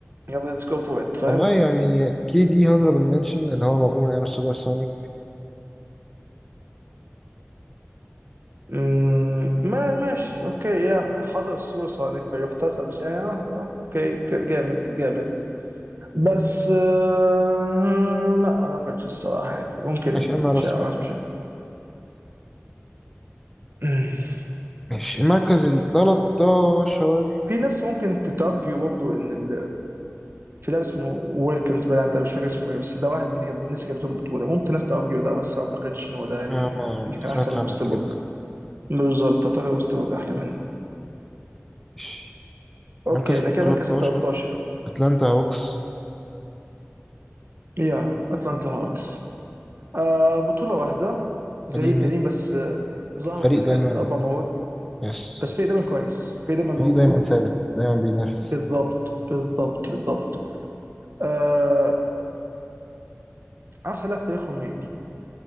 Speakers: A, on the right; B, in the centre.
A: يلا ليتس جو فور ات فاهم
B: والله يعني كي دي هانربل منشن ان هو موجود من ايام السوبر سونيك
A: مم، ما ماشي اوكي يا حضر السوبر سونيك فيحتسب بس يعني آه، آه، اوكي ك- جامد جامد بس آه لا ما اعتقدش الصراحه يعني ممكن
B: ماشي انا راس
A: مش عارف
B: برضه.
A: مش عارف.
B: ماشي المركز ال 13
A: في ناس ممكن تتارجيو برضه ان ال... في لاعب اسمه ويلكنز بقى انت مش فاكر اسمه ايه بس ده واحد من اللي جاب- من الناس اللي جابتهم بطوله ممكن ناس تارجيو ده بس ما اعتقدش ان هو ده يعني
B: آه
A: ال-
B: ما
A: اللي كان
B: ما سمعتش
A: احسن من
B: عنه
A: وستبروك
B: قبل كده أصلاً.
A: بالظبط اعتقد وستبروك احلى منه
B: ماشي
A: اوكي
B: مركز ال
A: انا كده
B: 13
A: مركز ال 13
B: أتلانتا هوكس
A: يا اتلانتا هاكس آه بطوله واحده زي
B: قديمة
A: التانيين بس آه، ظهروا
B: فريق
A: في نهاية
B: دايما
A: اربع مرات
B: يس
A: بس في دايما كويس في دايما موجود
B: فريق دايما ثابت دايما بينافس
A: بالضبط بالضبط بالضبط آه احسن لاعب في تاريخهم مين؟